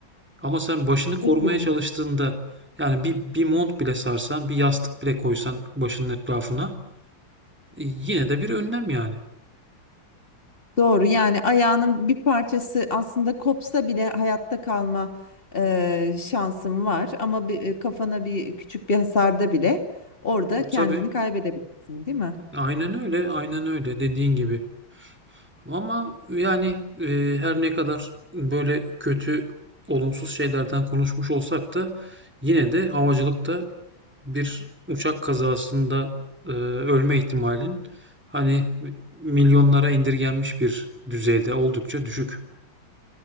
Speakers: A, in the centre; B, on the left.
A: Ama sen başını korumaya
B: Doğru.
A: çalıştığında yani bir, bir mont bile sarsan, bir yastık bile koysan başının etrafına e, yine de bir önlem yani.
B: Doğru, yani ayağının bir parçası aslında kopsa bile hayatta kalma e, şansın var ama bir, e, kafana bir küçük bir hasarda bile orada kendini
A: Tabii
B: kaybedebilirsin, değil mi?
A: aynen öyle, aynen öyle dediğin gibi. Ama yani e, her ne kadar böyle kötü, olumsuz şeylerden konuşmuş olsak da yine de havacılıkta bir uçak kazasında e, ölme ihtimalin hani milyonlara indirgenmiş bir düzeyde oldukça düşük.